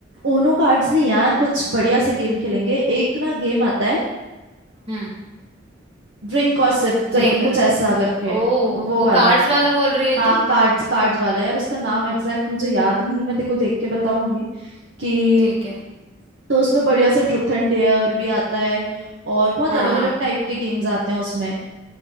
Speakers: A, on the right; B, on the right.
A: ऊनो कार्ड्स नहीं यार कुछ बढ़िया से गेम खेलेंगे एक ना गेम आता है
B: हम्म
A: ड्रिंक और सिप करके
B: झेंगा
A: कुछ ऐसा करके
B: ओ
A: वो
B: वो
A: वाला
B: कार्ड्स वाला बोल रही है
A: हाँ
B: तू
A: कार्ड्स कार्ड्स वाला यार उसका नाम एग्जैक्ट मुझे याद नहीं है मैं तेरे को देख के बताऊंगी कि
B: ठीक है
A: तो उसमें बढ़िया से ट्रूथ एंड डेयर भी आता है और बहुत
B: हाँ
A: अलग
B: हाँ
A: अलग टाइप के गेम्स आते हैं उसमें